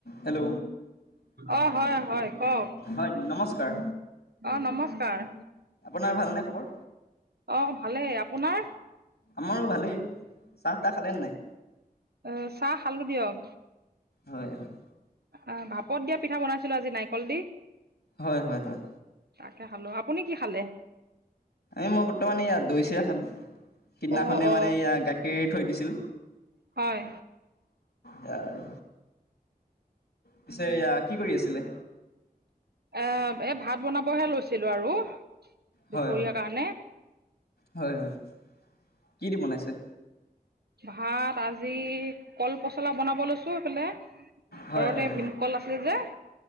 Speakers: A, on the left; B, on the right.
A: হেল্ল'
B: অ', হয় হয়, কওঁক।
A: হয়, নমস্কাৰ।
B: অ', নমস্কাৰ,
A: আপোনাৰ ভালনে খবৰ
B: অ', ভালেই, আপোনাৰ?
A: আমাৰো ভালেই, চাহ-তাহ খালে নাই?
B: অ', চাহ খালোঁ দিয়ক।
A: হয় হয়
B: অ', ভাপত দিয়া পিঠা বনাইছিলোঁ আজি নাৰিকল দি।
A: হয়, হয়, হয়।
B: তাকে খালোঁ, আপুনি কি খালে?
A: এই মই বৰ্তমান এইয়া দৈ-চিৰা খালোঁ। সিদিনাখনেই
B: অ অ
A: মানে এইয়া গাখীৰ থৈ দিছিল।
B: হয়
A: সেইয়াই আৰু, পিছে এয়া কি কৰি আছিলে?
B: এ-এই ভাত বনাবহে লৈছিলোঁ আৰু। দুপৰীয়াৰ
A: হয় হয়,
B: কাৰণে
A: হয় হয়, কি দি বনাইছে?
B: ভাত আজি কল পচলা বনাব লৈছোঁ এফালে
A: হয়
B: ঘৰতে
A: হয় হয়
B: ভীমকল আছিলে যে।